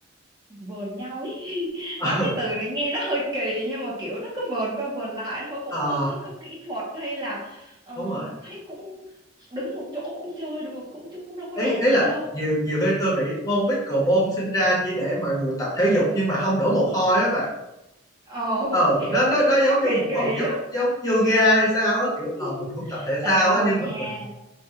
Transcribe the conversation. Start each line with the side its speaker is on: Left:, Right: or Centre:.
Right: vờn nhau ý <laughs>
Left: <laughs>
Right: nói
Left: ừ,
Right: cái từ này nghe nó hơi kỳ nhưng mà kiểu nó cứ vờn qua vờn lại thôi cũng
Left: ờ,
Right: không thấy có kỹ thuật hay là ờ,
Left: đúng rồi
Right: thấy cũng đứng một chỗ cũng chơi được cũng chứ cũng đâu có
Left: ý
Right: làm
Left: ý
Right: gì
Left: là
Right: đâu
Left: nhiều nhiều khi tôi nghĩ môn pickleball sinh ra chỉ để mọi người tập thể dục nhưng mà không đổ mồ hôi á bà
Right: ờ
Left: ờ
Right: kiểu
Left: nó
Right: nó
Left: nó nó giống
Right: nó
Left: như
Right: kỳ
Left: một
Right: kỳ
Left: phần giống
Right: lắm
Left: giống yoga hay sao á kiểu
Right: <laughs>
Left: ờ mình cũng tập thể
Right: Ê,
Left: thao
Right: không
Left: á nhưng
Right: nha
Left: mà mình